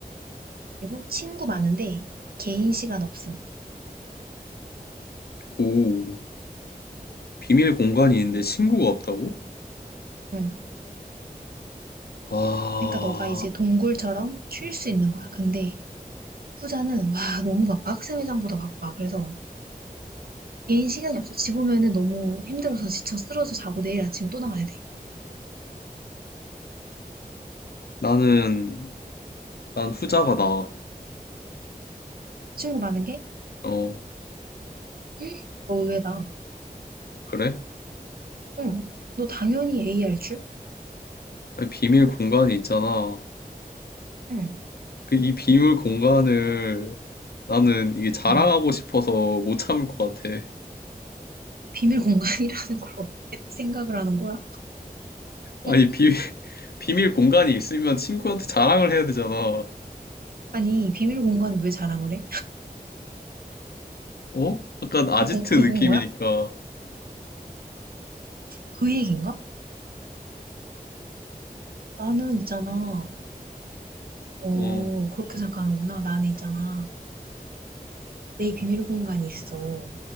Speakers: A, on the right (about 70°); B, on the left (about 85°).
A: 그리고 친구 많은데 개인 시간 없음.
B: 오. 비밀 공간이 있는데 친구가 없다고?
A: 응.
B: 아,
A: 그러니까 너가 이제 동굴처럼 쉴 수 있는 거야. 근데 후자는, 와, 너무 바빠. 학생회장보다 바빠. 그래서 개인 시간이 없어. 집 오면은 너무 힘들어서 지쳐 쓰러져 자고 내일 아침에 또 나가야 돼.
B: 나는 난 후자가 나아.
A: 친구 많은 게?
B: 어,
A: 헉, 너 의외다.
B: 그래?
A: 응. 너 당연히 A 할 줄?
B: 아니, 비밀 공간이 있잖아.
A: 응.
B: 그 이 비밀 공간을 나는 이게 자랑하고
A: 응.
B: 싶어서 못 참을 것 같아.
A: 비밀 공간이라는 걸 어떻게 <laughs> 생각을 하는 거야?
B: 아니,
A: 응?
B: 비, <laughs> 비밀 공간이 있으면 친구한테 자랑을 해야 되잖아.
A: 아니, 비밀 공간을 왜 자랑을 해?
B: 어? 약간 아지트
A: 그, 공, 그건
B: 느낌이니까.
A: 거야? 그 얘기인가? 나는 있잖아. 어,
B: 어,
A: 그렇게 생각하는구나. 나는 있잖아. 내 비밀 공간이 있어.